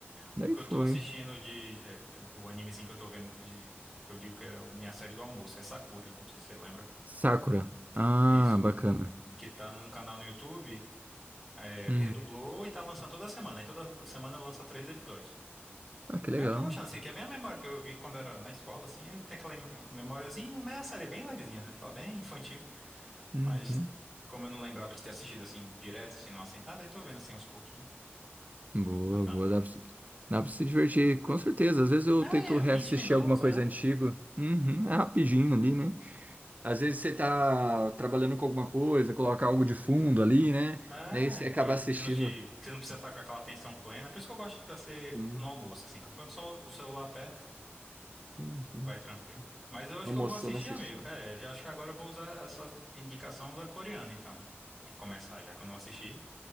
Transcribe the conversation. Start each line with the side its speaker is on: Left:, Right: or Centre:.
Right: Daí
Centre: O que
Right: foi.
Centre: eu tô assistindo de. é, o animezinho que eu tô vendo de. Eu digo que é o- minha série do almoço, é Sakura, não sei se você lembra.
Right: Sakura. Ah,
Centre: É isso.
Right: bacana.
Centre: Que tá num canal no YouTube, é,
Right: Hum.
Centre: redublou e tá lançando toda semana. E toda semana lança três episódios.
Right: Ah, que legal.
Centre: Aí eu tô gostando, assim, que é bem a memória que eu vi quando era na escola, assim, aí tem aquela im- memóriazinha, mas a série é bem levezinha, né? Aquela bem infantil.
Right: Uhum.
Centre: Mas como eu não lembrava de ter assistido assim, direto, assim, numa sentada, aí tô vendo assim aos pouquinhos.
Right: Boa,
Centre: É bacana.
Right: boa. Dá pra, se- dá pra se divertir, com certeza. Às vezes eu
Centre: Ah,
Right: tento
Centre: é
Right: reassistir
Centre: 20 minutos,
Right: alguma coisa
Centre: é.
Right: antiga. Uhum. É rapidinho ali, né? Às vezes você tá trabalhando com alguma coisa, coloca algo de fundo ali, né?
Centre: Ah,
Right: Daí você acaba
Centre: que,
Right: assistindo,
Centre: que não te, você não precisa estar com aquela atenção plena. Por isso que eu gosto de ser
Right: hum,
Centre: no almoço, assim, que eu ponho só o celular perto,
Right: hum, hum,
Centre: vai tranquilo. Mas eu acho
Right: almoçando,
Centre: que eu vou assistir,
Right: assistindo.
Centre: amigo. É, já acho que agora eu vou usar essa indicação da coreana, então. Pra começar, já que eu não assisti.